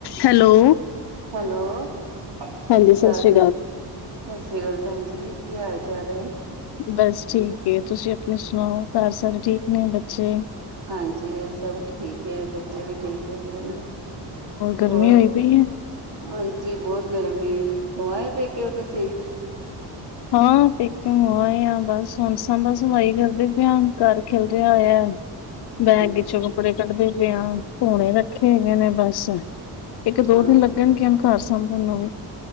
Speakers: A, on the left (about 70°); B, on the right (about 85°).
A: ਹੈਲੋ।
B: ਹੈਲੋ ਸਤਿ
A: ਹਾਂਜੀ,
B: ਸ੍ਰੀ
A: ਸਤਿ
B: ਅਕਾਲ
A: ਸ਼੍ਰੀ
B: ਜੀ ਸਤਿ ਸ੍ਰੀ ਅਕਾਲ ਭੈਣ ਜੀ ਕੀ ਹਾਲ ਚਾਰੇ
A: ਬਸ ਠੀਕ ਤੁਸੀਂ ਆਪਣੀ ਸੁਣਾਓ ਘਰ ਸਾਰੇ ਠੀਕ ਨੇ ਬੱਚੇ?
B: ਹਾਂਜੀ ਇਹ ਸਭ ਠੀਕ ਬੱਚੇ ਵੀ ਠੀਕ ਹੈਗੇ ਨਾ।
A: ਗਰਮੀ
B: ਹੋਰ
A: ਹੋਈ ਪਈ ਏ?
B: ਹਾਂਜੀ ਬਹੁਤ ਗਰਮੀ ਹੋਏ ਪੇਕੇ ਓ ਤੁਸੀਂ
A: ਹਾਂ ਪੇ ਕਿਿ ਹੋ ਆ ਬਸ ਹਣਸਾਂ ਬਸਵਾਾਈ ਕਰਦੇ ਪ ਘਰ ਖਿਲ ਰਿਹਾ ਹੋ ਬੈਗ
B: ਅੱਛਾ
A: ਚੋਂ ਕੱਪੜੇ ਕੱਢਦੇ ਕੁਛ ਕੁ ਧੂਣੇ ਰੱਖੇ ਹੈਗੇ ਨੇ ਬਸ ਇੱਕ ਦੋ
B: ਹਾਂ
A: ਦਿਨ ਲੱਗਣਗੇ। ਘਰ ਸਾਂਭਣ ਨੂੰ ਵੀ